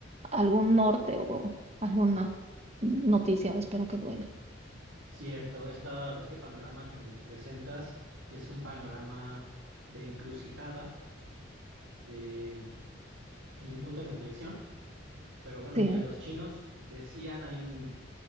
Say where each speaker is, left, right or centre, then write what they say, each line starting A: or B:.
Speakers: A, on the right; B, on the right.
A: algún norte o alguna noticia, espero que buena.
B: cierto. Esta, este panorama que me presentas es un panorama de encrucijada de, y un punto de inflexión. Pero bueno,
A: Sí,
B: mira, los chinos decían, hay un,